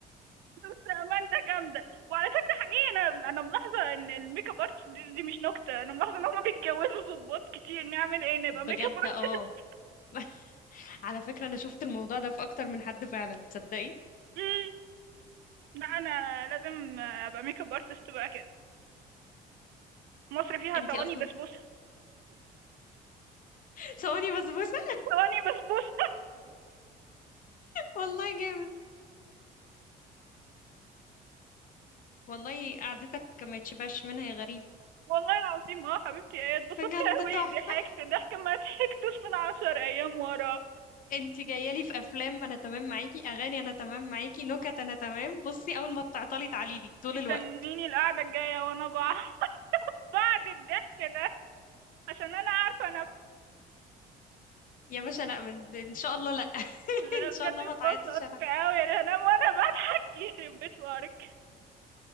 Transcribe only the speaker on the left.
بجد
اه <laughs> على فكرة انا شفت الموضوع ده في اكتر من حد فعلا تصدقي
انتي
اصلا
<laughs> صواني بسبوسة
والله جامد والله قعدتك ما يتشبعش منها يا غريب
بجد
تحفة
انت جاية لي في افلام انا تمام معاكي اغاني انا تمام معاكي نكت انا تمام بصي اول ما تعطلي تعالي لي طول
الوقت
يا باشا لا من- ان شاء الله لا <laughs>
ان
شاء الله
ما تعيطيش انا